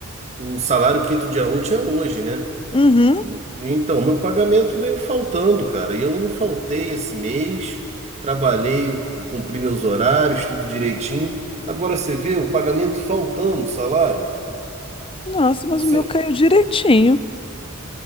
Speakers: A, on the right; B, on the left.
A: O salário quinto dia útil é hoje, né?
B: Uhum.
A: O- Então, meu pagamento veio faltando, cara. E eu não faltei esse mês. Trabalhei, cumpri meus horários, tudo direitinho. Agora você vê o pagamento faltando, o salário.
B: Nossa, mas
A: O seu.
B: o meu caiu direitinho.